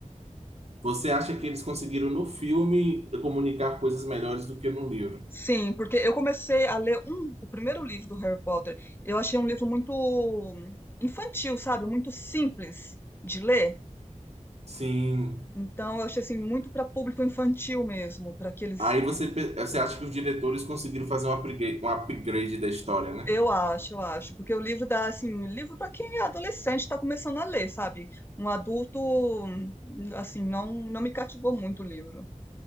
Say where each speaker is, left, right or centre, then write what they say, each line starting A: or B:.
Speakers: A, on the right (about 55°); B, on the left (about 15°).
A: você acha que eles conseguiram no filme comunicar coisas melhores do que no livro.
B: Sim, porque eu comecei a ler um, o primeiro livro do Harry Potter. Eu achei um livro muito infantil, sabe? Muito simples de ler.
A: Sim.
B: Então, eu achei assim muito para público infantil mesmo, para aqueles
A: Aí você, pe- você acha que os diretores conseguiram fazer um upgrade, um upgrade da história, né?
B: Eu acho, eu acho, porque o livro dá assim, um livro para quem é adolescente está começando a ler, sabe? Um adulto hum, assim não não me cativou muito o livro.